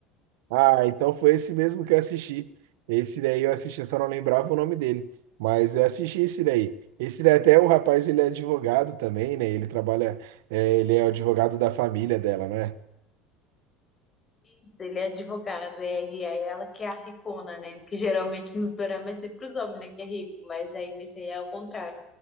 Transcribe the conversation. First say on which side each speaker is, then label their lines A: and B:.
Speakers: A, on the right (about 80°); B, on the left (about 30°).
A: Ah, então foi esse mesmo que eu assisti. Esse daí eu assisti, eu só não lembrava o nome dele. Mas eu assisti esse daí. Esse daí até o rapaz, ele é advogado também, né? Ele trabalha, é, ele é o advogado da família dela, não é?
B: Isso, ele é advogado, e aí, aí ela que é a ricona, né? Porque geralmente nos doramas é sempre os homens, né, que é rico, mas aí nesse aí é o contrário.